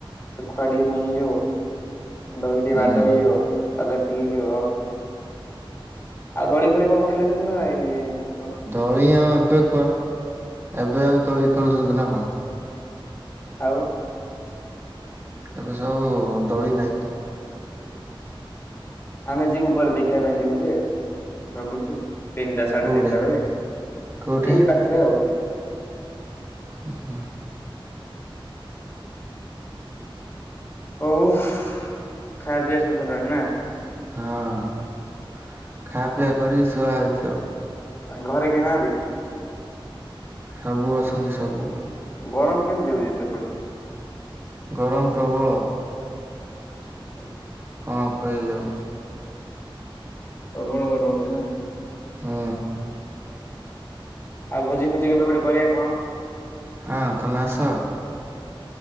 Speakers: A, on the left (about 30°); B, on the right (about 25°).
A: ଶୁଖୁଆ ଟିକେ ପିଇ ହେଇଯିବ ଦହି ଟିକେ
B: ହୁଁ
A: ବାଡ ହେଇଯିବ ସାଲା ଟିକେ ହେଇଯିବ ଆଉ ଦଳି ଫୋଳି କଣ ଖେଳୁଛନ୍ତି ନାଇ?
B: ଦଳି ଆଉ ଏବେ କୁ ଏବେ ଆଉ ଦଳି ଖେଳୁଛନ୍ତି ନା କଣ?
A: ଆଉ
B: ଏବେ ସବୁ ଦଳି ନାହିଁ।
A: ଆମେ ଯିବୁ ପରେ ଦେଖିବା ପାଇଁ ଯିବୁ ଯେ ଭାବୁଛୁ ତିନିଟା ସାଢେ
B: କୋଉଠେ
A: ତିନିଟା ବେଳେ
B: କୋଉଠେ
A: ଏଇ ପାଖରେ ଆଉ।
B: ଓ ହଁ
A: ହଉ ଖାଇବା ପିଇବା ସବୁ ସରିଲାଣି ନା?
B: ହଁ ଖାଆ ପିଆ କରିକି ଶୁଆ ହେଉଛି ଆଉ।
A: ଆ ଘରେ କେହି ନାହାନ୍ତି?
B: ସବୁ ଅଛନ୍ତି ସବୁ
A: ଗରମ କେମିତି ହଉଛି ସେପଟେ?
B: ଗରମ ପ୍ରବଳ।
A: ହଉ।
B: ହଁ କହିଦିଅ।
A: ପ୍ରବଳ ଗରମ ହଉଛି ନା?
B: ହଁ।
A: ଆଉ ଭୋଜି ଫୋଜି କେବେ ଗୋଟେ କରିବା କଣ
B: ହଁ ତମେ ଆସ।